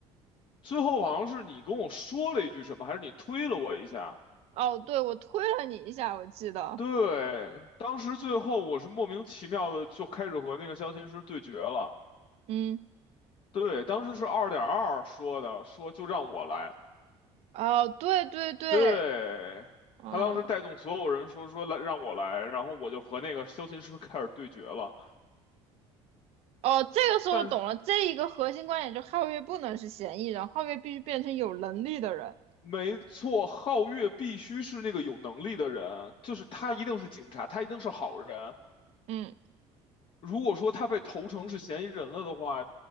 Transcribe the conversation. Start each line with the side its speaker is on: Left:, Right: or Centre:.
Left: 最后好像是你跟我说了一句什么，还是你推了我一下？
Right: 哦，对，我推了你一下，我记得，
Left: 对，当时最后我是莫名其妙的就开始和那个萧琴师对决了。
Right: 嗯，
Left: 对，当时是二点二说的，说就让我来。
Right: 哦，对对对，
Left: 对，
Right: 嗯，
Left: 他当时带动所有人说说来让我来，然后我就和那个萧琴师开始对决了。
Right: 哦，这个时候我懂了，
Left: 但是
Right: 这一个核心观点就是皓月不能是嫌疑人，皓月必须变成有能力的人，
Left: 没错，皓月必须是那个有能力的人，就是他一定是警察，他一定是好人。
Right: 嗯，
Left: 如果说他被投诚是嫌疑人了的话，